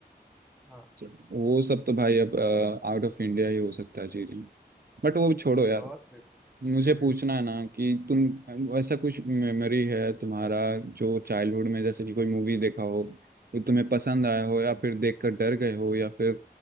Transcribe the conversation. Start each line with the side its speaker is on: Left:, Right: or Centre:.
Centre: हाँ
Right: तो वो सब तो भाई अब आउट ऑफ इंडिया ही हो सकता है चीजें बट वो छोड़ो यार
Centre: बहुत सही
Right: मुझे पूछना
Centre: जी
Right: है ना कि तुम ऐसा कुछ मेमोरी है तुम्हारा जो चाइल्डहुड में जैसे कि कोई मूवी देखा हो जो तुम्हें पसंद आया हो या फिर देखकर डर गए हो या फिर